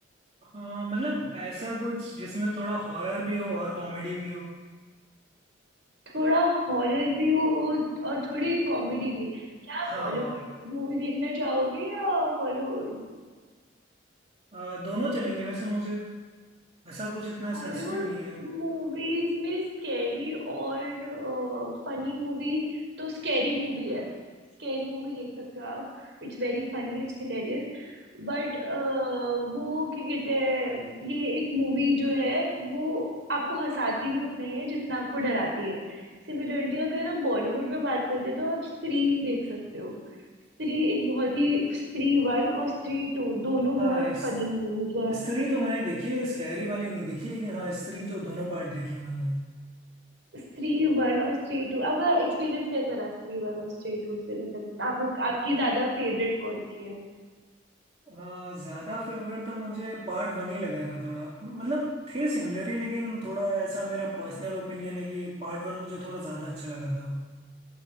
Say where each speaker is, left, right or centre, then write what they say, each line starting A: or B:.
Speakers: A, on the right; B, on the right.
A: हाँ मतलब ऐसा कुछ जिसमें थोड़ा हॉरर भी हो और कॉमेडी भी हो
B: थोड़ा हॉरर भी हो और थोड़ी कॉमेडी भी क्या आप
A: हाँ
B: बॉलीवुड मूवी देखना चाहोगे या हॉलीवुड
A: अ, दोनों चलेंगे वैसे मुझे ऐसा कुछ इतना
B: हॉलीवुड
A: स्पेसिफिक नहीं है
B: मूवीज में स्कैरी और फनी मूवी तो स्कैरी मूवी है स्कैरी मूवी देख सकते हो आप It's very funny it's hilarious But वो क्या कहते हैं ये एक मूवी जो है वो आपको हंसाती भी उतना ही है जितना आपको डराती है सिमिलरली अगर हम बॉलीवुड में बात करते हैं तो आप स्त्री देख सकते हो स्त्री एक बहुत ही स्त्री वन और स्त्री टू दोनों
A: हाँ
B: बहुत
A: इस
B: फनी मूवीज है
A: स्त्री तो मैंने देखी है स्कैरी वाली नहीं देखी लेकिन हाँ स्त्री तो दोनों पार्ट देखे मैंने
B: स्त्री वन और स्त्री टू आपका एक्सपीरियंस कैसा रहा स्त्री वन और स्त्री टू से मतलब आपको आपकी ज्यादा फेवरेट कौन सी है
A: हाँ ज्यादा फेवरेट तो मुझे पार्ट वन ही लगा था थोड़ा मतलब थे सिमिलर ही लेकिन थोड़ा ऐसा मेरा पर्सनल ओपिनियन है कि पार्ट वन मुझे थोड़ा ज्यादा अच्छा लगा था